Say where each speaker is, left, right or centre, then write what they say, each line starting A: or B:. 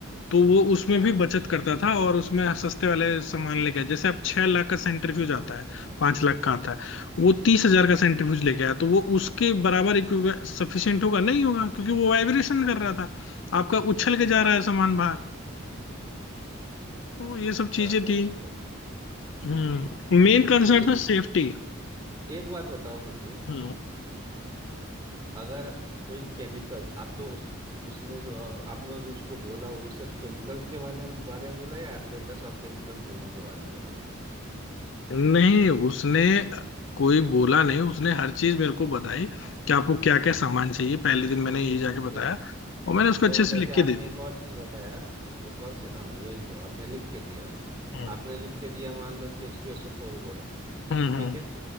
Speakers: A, on the left; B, on the right.
A: तो वो उसमें
B: अच्छा
A: भी बचत करता
B: अच्छा
A: था और उसमें सस्ते वाले सामान लेके आया। जैसे अब छह लाख का सेंट्रीफ्यूज आता है पांच लाख का आता है वो तीस हजार का सेंट्रीफ्यूज लेके आया तो वो उसके बराबर सफिशियंट होगा नहीं होगा क्योंकि वो वाइब्रेशन कर रहा था आपका उछल के जा रहा है सामान बाहर तो ये सब
B: अच्छा
A: चीजें थी
B: तो
A: हम्म
B: उसके
A: मेन कंसर्न था
B: इस
A: सेफ्टी
B: एक बात बताओ मुझे
A: हम्म
B: अगर कोई केमिकल्स आप तो उस उसने जो अ, आपने जो उसको बोला वो सिर्फ केमिकल्स के बारे में बारे में बोला या एपरेटस और केमिकल्स दोनों के बारे में बोला
A: नहीं उसने कोई बोला नहीं उसने हर चीज मेरे को बताई कि आपको क्या क्या सामान चाहिए पहले दिन मैंने यही जाके
B: ठीक
A: बताया
B: है
A: और मैंने उसको
B: तो
A: अच्छे
B: जैसे
A: से लिख
B: आपने
A: के दे दिया
B: एक और चीज बताया एक और चीज हाँ यही जो आपने लिख के दिया
A: हम्म
B: आपने लिख के दिया मान लो कि H two S O four बोला
A: हम्म हम्म।
B: ठीक है